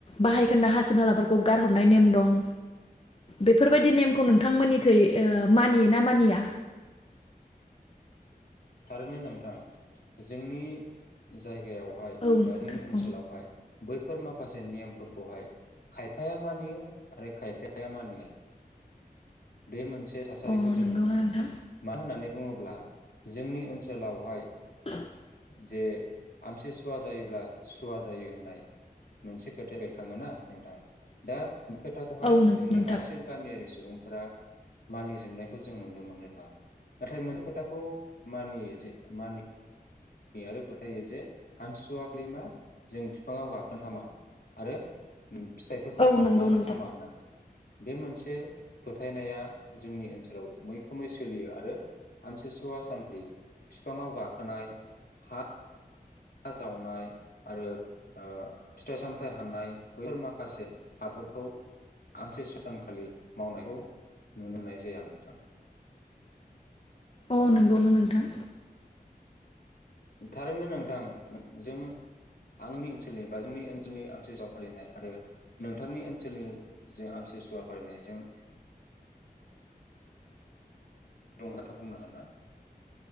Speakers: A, on the left; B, on the left.
A: बाहायखोन्दा हासिब हालाफोरखौ गारहरनाय नेम दं बेफोरबायदि नेमखौ नोंथांमोननिखै ओ मानियो ना मानिया
B: थारैनो नोंथां जोंनि जाय यावहाय
A: औ नोंथां
B: एबा जोंनि ओनसोलावहाय बैफोर माखासे नेयमफोरखौहाय खायफाया मानियो आरो खायफाया मानिया बे मोनसे थासारिखौ
A: अ
B: जों
A: नंगौना
B: नुनो मोनदों
A: नोंथां
B: मानो होननानै बुङोब्ला जोंनि ओनसोलावहाय
A: <inaudible>
B: जे आमसि सुवा जायोब्ला सुवा जायो होननाय मोनसेख खोथया बेरखाङो ना नोंथां दा बे खोथाखौहाय
A: औ नंगौ
B: जोंनि
A: नोंथां
B: गासैबो गामियारि सुबुंफो फोरा मानि जोमनायखौ जों नुनो मोननो थाङा नाथाय मोनै खोथा खौ मानियो जे मानि नियो आरो फोथायो जे आमसुवाखालि मा जों फिफाङाव गाखोन हामा आरो फिथाइफोरखौ
A: औ
B: हाननो
A: नंगौ नोंथां
B: हामा होननानै बे मोनसे फोथायनाया जोंनि ओनसोलाव मैखोमै सोलियो आरो आमसिसुवा सानखालि बिफाङाव गाखोनाय हा हा जावनाय आरो ओ फिथाइ सामथाइ हाननाय बैफोर माखासे हाफोरखौ आमसि स सानखालि मावनायखौ नुनो मोननाय जाया नोंथां
A: अ नोंगौनो नोंथां
B: थारैनो नोंथां जों आंनि ओनसोलनि बा जोंनि ओनसोलनि आमथिसुसुवा फालिनाय आरो नोंथांनि ओनसोलनि जों आमतुसुवा फालिनायजों दं नथा बुंनो हाग ना?